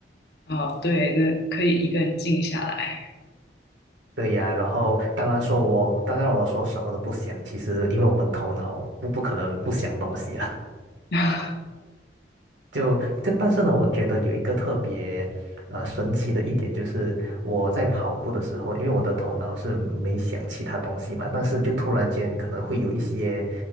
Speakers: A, on the left; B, on the right.
A: 哦，对，那可以一个人静下来。
B: 对呀，然后当然说我，当然我说什么都不想，其实因为我们头脑不不可能不想东西啊。
A: <laughs>
B: 就就，但是呢，我觉得有一个特别呃神奇的一点，就是我在跑步的时候，因为我的头脑是没想其他东西嘛，但是就突然间可能会有一些